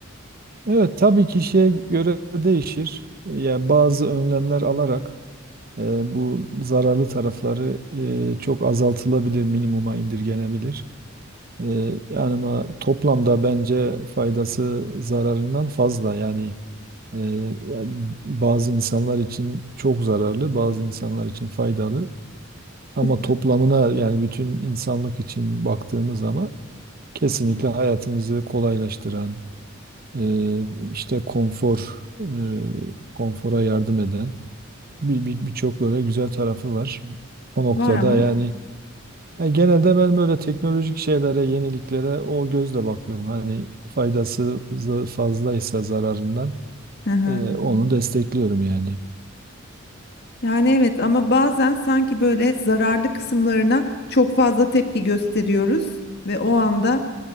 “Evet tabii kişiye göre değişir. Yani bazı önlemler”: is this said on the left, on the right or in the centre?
Right